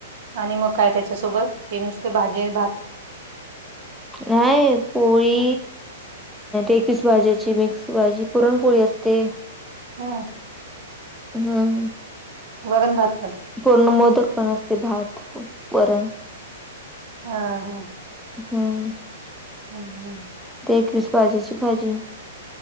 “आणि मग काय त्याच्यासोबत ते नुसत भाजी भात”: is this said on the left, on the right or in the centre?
Right